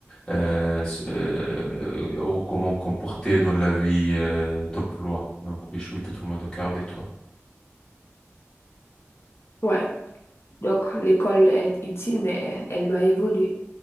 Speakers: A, on the left; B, on the left.
A: euh, s- euh, ou comment comporter dans la vie euh, d'emploi. Donc oui, je suis totalement d'accord avec toi.
B: Ouais. Donc, l'école est utile, mais elle doit évoluer.